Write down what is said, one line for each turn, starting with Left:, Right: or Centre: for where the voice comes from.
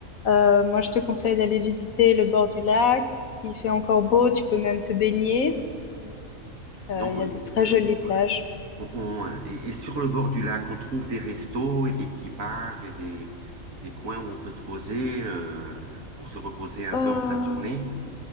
Left: Euh, moi, je te conseille d'aller visiter le bord du lac. S'il fait encore beau, tu peux même te baigner. Euh,
Right: Donc,
Left: Il
Right: euh,
Left: y a de très
Right: euh,
Left: jolies plages.
Right: on, on- et, et sur le bord du lac, on trouve des restos et des petits bars et des, des coins où on peut se poser euh, pour se reposer un
Left: Euh,
Right: peu en fin de journée.